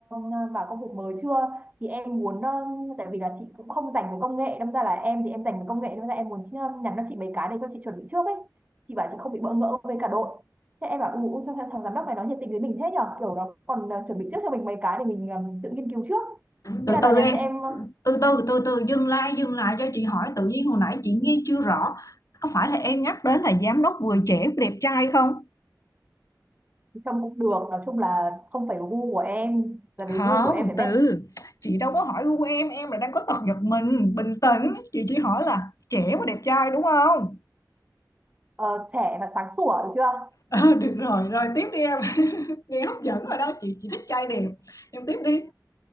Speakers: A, on the right; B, on the left.
A: ờ, vào công việc mới chưa thì em muốn ờ, tại vì là chị cũng không dành về công nghệ đâm ra là em thì em dành về công nghệ đâm ra em muốn ờ, nhắn cho chị mấy cái để cho chị chuẩn bị trước ấy chị bảo chị không bị bỡ ngỡ với cả đội thế em bảo ủ sao thằng, giám đốc này nó nhiệt tình với mình thế nhở kiểu nó còn ờ, chuẩn bị trước cho mình mấy cái để mình ờ, tự nghiên cứu trước
B: Từ
A: thế là nó
B: từ
A: nhắn
B: em,
A: cho em <laughs> ờ,
B: từ từ từ từ dừng lại dừng lại cho chị hỏi tự nhiên hồi nãy chị nghe chưa rõ. Có phải là em nhắc đến là giám đốc vừa trẻ vừa đẹp trai không?
A: trông cũng được nói chung là không phải gu của em là vì
B: không
A: gu của em phải bét
B: từ chị đâu có hỏi gu em em là đang có tật giật mình bình tĩnh chị chỉ hỏi là trẻ và đẹp trai đúng không <laughs>
A: ờ, trẻ và sáng sủa được chưa
B: Ờ, được rồi rồi tiếp đi em <laughs> nghe hấp dẫn rồi đó chị chị thích trai đẹp em tiếp đi